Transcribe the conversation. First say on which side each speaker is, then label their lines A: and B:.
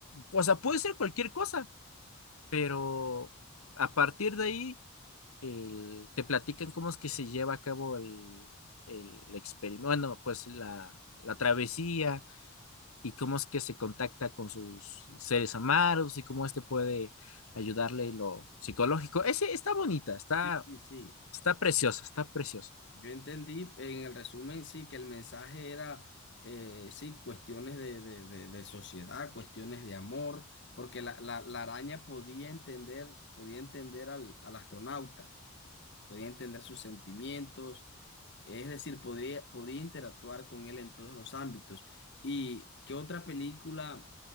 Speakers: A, on the left (about 85°); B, on the left (about 55°).
A: o sea, puede ser cualquier cosa, pero a partir de ahí el- te platican cómo es que se lleva a cabo el, el experimento, bueno, pues la, la travesía y cómo es que se contacta con sus seres amados y cómo este puede ayudarle en lo psicológico. Ese está bonita, está,
B: Sí, sí, sí.
A: está preciosa, está preciosa.
B: Yo entendí en el resumen, sí, que el mensaje era, eh, sí, cuestiones de, de- de- de sociedad, cuestiones de amor, porque la, la- la araña podía entender, podía entender al, al astronauta, podía entender sus sentimientos, es decir, podría, podía interactuar con él en todos los ámbitos. ¿Y qué otra película